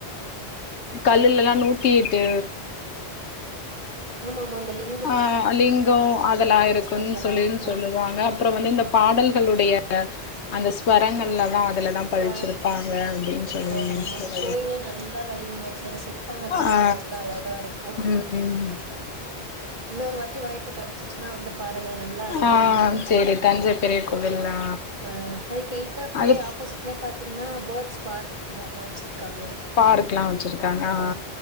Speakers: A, on the left; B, on the right.
A: கல்லுல எல்லா நூத்திஎட்டு
B: ஆமா ஆமா அந்த லி
A: ஆ லிங்கோ அதெல்லா இருக்குன்னு
B: ஸ்பெஷலா
A: சொல்லின்னு
B: இருக்கு
A: சொல்லுவாங்க அப்புறோ வந்து இந்த பாடல்களுடைய அந்த ஸ்சுவரங்கள்ல தா அதுலதா பதிச்சிருப்பாங்க
B: ஆ
A: அப்டின்னு சொல்லிங்க
B: ஆமா ஆமா
A: சொன்
B: கோயிலே நல்லா வடிவமைச்சு சிற்பங்கள்லா
A: ஆ
B: நல்லா அழகா இருக்கு
A: ம் ம்
B: இன்னொரு வாட்டி வாய்ப்பு கடைச்சிச்சினா வந்து பாருங்க நல்ல அனுபவமா
A: ஆ
B: இருக்கு
A: சேரி தஞ்சை பெரிய கோவில்லா
B: அ அதுக் எய்தாபிலே
A: அது
B: ஆப்போசிட் லே பாத்தீங்கனா பேர்ட்ஸ் பார்க் மார்லா வச்சிருக்காங்க
A: பார்க்லா வச்சிருக்காங்க ஆ
B: அ